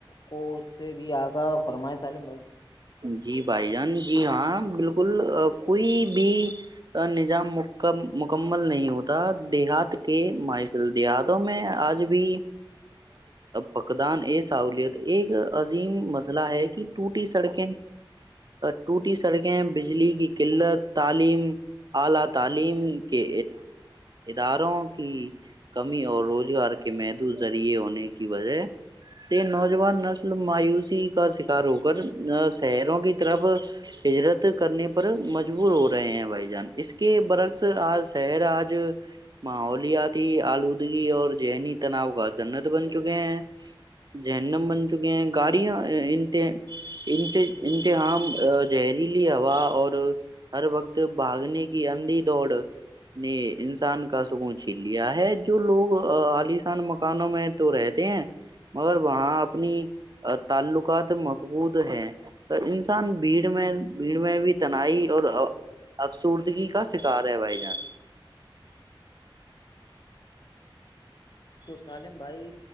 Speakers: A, on the left; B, on the right.
A: کو اس سے بھی آگاہ فرمائے سالم بھائی
B: جی بھائی جان جی ہاں بالکل کوئی بھی نظام مکمل نہیں ہوتا دیہات کے مل دیہاتوں میں آج بھی پکدان ا سہولت ایک عظیم مسئلہ ہے کہ ٹوٹی سڑک ٹوٹی سڑ گئے ہیں بجلی کی قلت تعلیم اعلی تعلیم کے اداروں کی کمی اور رولی اور کے محدود ذریعے ہونے کی وجہ سے نوجوان نسل مایوسی کا شکار ہو کر شہروں کی طرف ہجرت کرنے پر مجبور ہو رہے ہیں بھائی جان اس کے برعکس آج شہر آج ماحولیاتی آلودگی اور ذہنی تناؤ کا جنت بن چکے ہیں جہنم بن چکے ہیں گاڑیاں انت ان امتحان زہریلی ہوا اور ہر وقت بھاگنے کی اندھی دوڑ نے انسان کا سکون چھیل لیا ہے جو لوگ عالسان مکانوں میں تو رہتے ہیں مگر وہاں اپنی تعلقات بود ہے انسان بھیڑ میں بھیڑ میں بھی تنائی اور افسردگی کا شکار ہے بھائی جان
A: تو سالم بھائی